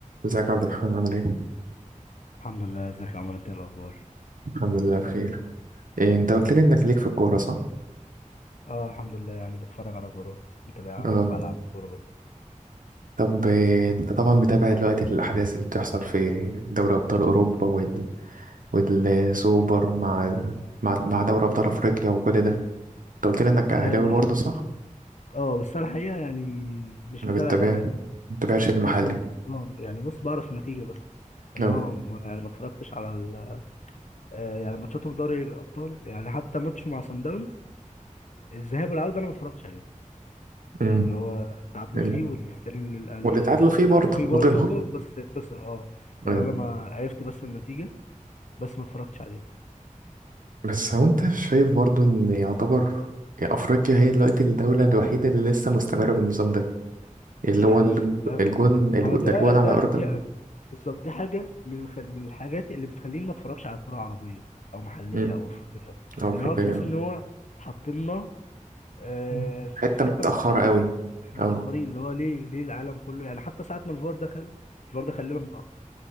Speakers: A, on the right; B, on the left.
A: ازيك يا عبد الرحمن عامل ايه؟
B: الحمد لله ازيك يا عمر انت ايه الاخبار
A: الحمد لله بخير إيه انت قلت لي انك ليك في الكورة صح؟
B: اه الحمد لله يعني بتفرج على كوره متابعها
A: اه
B: وبلعب كوره برضه
A: طب إيه انت طبعا متابع دلوقتي الأحداث اللي بتحصل في دوري أبطال أوروبا وال... والسوبر مع مع مع دوري أبطال أفريقيا وكل ده انت قلت لي انك
B: اه
A: أهلاوي
B: الح-
A: برضه صح؟
B: آه، بس انا الحقيقه يعني مش
A: ما
B: متابع
A: بتتابع
B: الاهلي قوي
A: ما بتتابعش
B: بس
A: المحلي
B: ممكن اه يعني بص بعرف نتيجه بس انما
A: اه
B: ما ما- يعني ما اتفرجتش على ال... آه يعني ماتشاته في دوري الابطال يعني حتى ماتشه مع سان داونز الذهاب والعوده انا ما اتفرجتش عليهم
A: امم
B: اللي هو تعادلوا
A: ال-
B: فيه والتاني اللي الاهلي
A: واللي اتعادلوا فيه برضه
B: تعادلوا فيه برضه
A: وطلعوا
B: بس خسر اه يعني
A: أمم.
B: انا ما عرفت بس النتيجه بس ما اتفرجتش عليه
A: بس هو انت شايف برضه ان يعتبر أفريقيا هي دلوقتي الدولة الوحيدة اللي لسه مستمرة بالنظام ده اللي
B: يعني
A: هو الج- الجون
B: ما
A: الجو-
B: هو ده
A: ده الجون على
B: ده
A: أرض
B: دي بالظبط دي حاجه من الخ- من الحاجات اللي بتخليني ما اتفرجش على كوره عربيه او محليه
A: أمم،
B: او افريقيه
A: أه أفريقية
B: ان هو بتحس
A: أه.
B: ان هو حاطيننا آه،
A: أمم.
B: في
A: حتة
B: حته
A: متأخرة
B: متخلفه
A: قوي
B: احنا
A: أه
B: متاخرين اللي هو ليه ليه العالم كله يعني حتى ساعه ما الفار دخل الفار دخل لنا متاخر